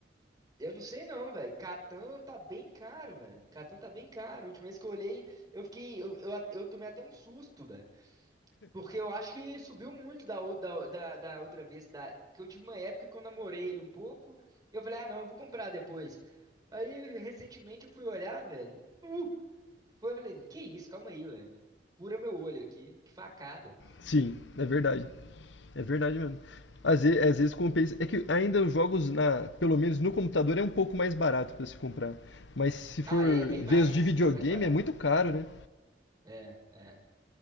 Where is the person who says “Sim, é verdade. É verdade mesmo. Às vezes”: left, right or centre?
Left